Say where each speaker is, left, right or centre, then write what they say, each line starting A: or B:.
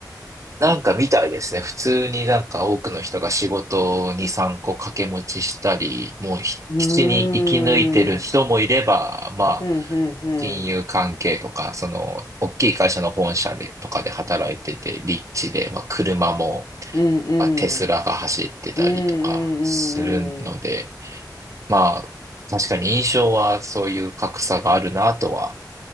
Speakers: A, on the right (about 45°); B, on the left (about 65°).
A: なんかみたいですね。普通になんか多くの人が仕事に3個掛け持ちしたり、もうひ基地に生き抜いてる人もいれば、
B: うーん、うん、
A: まあ、
B: うん、うん、
A: 金融関係とか、その、大きい会社の本社で、とかで働いてて、リッチで、まあ、車も、
B: うん、うん、
A: まあ、テスラが走ってたりとかするので、
B: うん、うん、うん、
A: まあ、確かに印象はそういう格差があるなとは